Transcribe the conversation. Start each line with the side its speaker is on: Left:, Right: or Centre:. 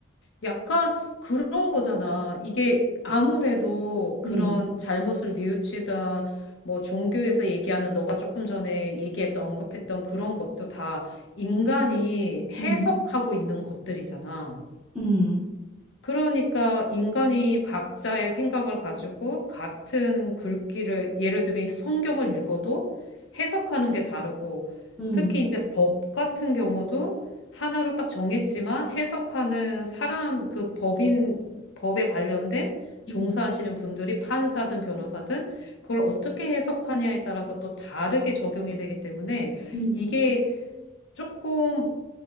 Left: 약간 그런 거잖아. 이게 아무래도 그런
Centre: 음,
Left: 잘못을 뉘우치던 뭐 종교에서 얘기하는 너가 조금 전에 얘기했던 언급했던 그런 것도 다 인간이 해석하고
Centre: 음,
Left: 있는 것들이잖아.
Centre: 음,
Left: 그러니까 인간이 각자의 생각을 가지고 같은 글귀를 예를 들면 성경을 읽어도 해석하는 게 다르고
Centre: 음,
Left: 특히 이제 법 같은 경우도 하나로 딱 정했지만 해석하는 사람 그 법인 법에 관련된 종사하시는
Centre: 음,
Left: 분들이 판사든 변호사든 그걸 어떻게 해석하냐에 따라서 또 다르게 적용이 되기 때문에
Centre: 음,
Left: 이게 조금